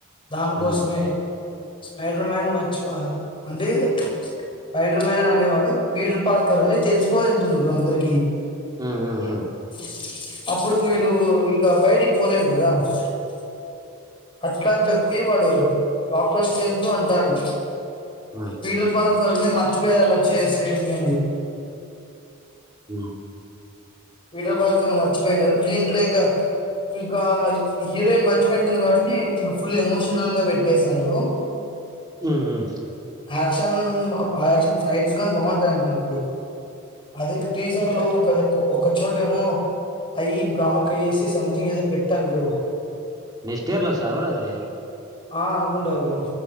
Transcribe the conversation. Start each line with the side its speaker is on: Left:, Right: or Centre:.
Left: దానికోసమే
Right: మ్మ్
Left: స్పైడర్ మ్యాన్ వచ్చి అంటే స్పైడర్ మ్యాన్ అనేవాడు బీడ పాలకర్ అని తెలిసిపోంటుంది బ్రో అందరికి
Right: ఉ ఉ ఉ
Left: <inaudible> అట్లా అని చెప్తే వాడు డాక్టర్స్ తస్తూ అంటాడు
Right: మ్మ్
Left: పీటర్ పార్క్ వంది మర్చిపోయ అలా చేసేయండి
Right: ఉ
Left: పిటర్ పార్క్ క మర్చిపోయిడారు దీంట్లో ఇంకా ఇంకా హీరోయిన్ మర్చిపో పెంది కాబట్టి ఫుల్ ఎమోషనల్ గా పెట్టేసి సారు
Right: మ్మ్ మ్మ్
Left: ఆక్షన్ బ ఆ యాక్షన్ ఫైట్స్ ని బాగుంటాయింటున్నాడు అదే టీజర్ లో కదా కో చోటేమో అయి బ్లాక్ అయ్యేసి సంథింగ్ ఏదో పెట్టారు బ్రో
Right: నెస్ట్ ఇర్లో సార్వర్ అది
Left: ఆ అనుకుంటా బ్రో